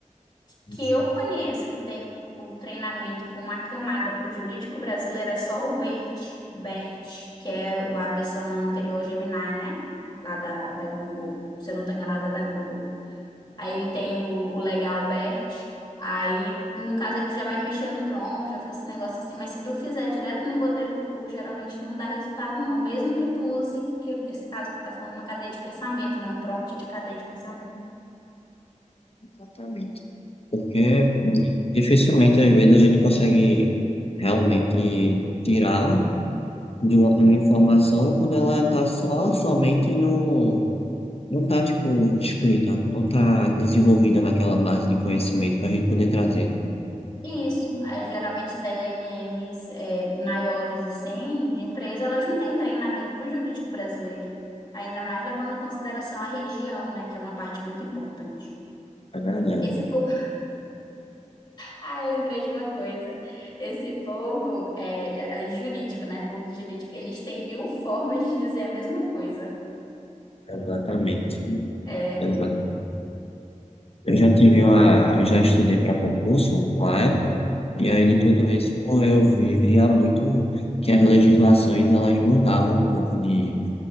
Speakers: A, on the left; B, on the left.
A: isso.
B: que eu conheço, que tem um treinamento com uma camada para o jurídico brasileiro, é só o BERT, BERT, que é o- a versão anterior ao Gemini, né? Lá da, da Google. Se eu não estou enganada, é da Google. Aí ele tem o, o legal BERT. Aí, no caso, aí tu já vai mexer no prompt, já faz esse negócio assim, mas se tu fizer direto no modelo cru, geralmente não dá resultado, não. Mesmo que tu use, que esse caso que tu tá falando, uma cadeia de pensamento, né? Um prompt de cadeia de pensamento.
A: Exatamente. Porque dificilmente, às vezes, a gente consegue realmente tirar de uma, uma informação quando ela está só somente no. não tá, tipo, escrita, não tá desenvolvida naquela base de conhecimento para a gente poder trazê-lo.
B: Isso, aí, geralmente as LLMs é, maiores assim, de empresa, elas não têm treinamento para o jurídico brasileiro, ainda mais levando em consideração a região, né, que é uma parte muito importante.
A: É verdade,
B: Esse povo, <laughs> ah, eu lembrei de uma coisa, esse povo é, é jurídico, né, povo do jurídico, eles têm mil formas de dizer a mesma coisa.
A: exatamente.
B: É,
A: Exato. Eu já tive uma, eu já estudei para concurso uma época, e aí de tudo isso eu via muito que as legislações elas mudavam um pouco de,